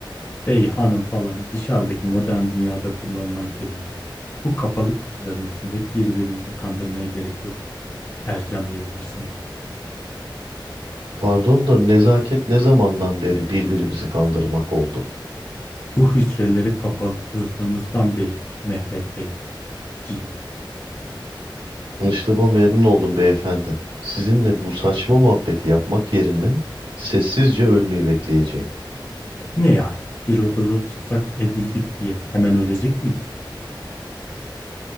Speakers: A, on the left; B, on the right.
A: Bey, hanım falan dışarıdaki modern dünyada kullanılan kelimeler. Bu kapalı kutuların içinde birbirimizi kandırmaya gerek yok. Ercan diyebilirsin bana.
B: Pardon da nezaket ne zamandan beri birbirimizi kandırmak oldu?
A: Bu hücreleri kapatıldığımızdan beri Mehmet Beyciğim.
B: Tanıştığıma memnun oldum beyefendi. Sizinle bu saçma muhabbeti yapmak yerine sessizce ölmeyi bekleyeceğim.
A: Ne yani? Bir odada tutsak edildik diye hemen ölecek miyiz?